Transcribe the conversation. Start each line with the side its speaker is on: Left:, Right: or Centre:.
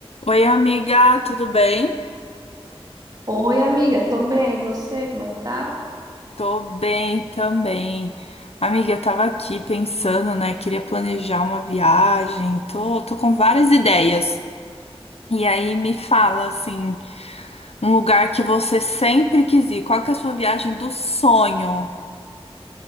Left: Oi, amiga, tudo bem?
Right: Oi, amiga, tô bem. E você, como é que tá?
Left: Tô bem também. Amiga, eu tava aqui pensando, né? Queria planejar uma viagem. Tô, tô com várias ideias. E aí me fala, assim, um lugar que você sempre quis ir. Qual que é a sua viagem do sonho?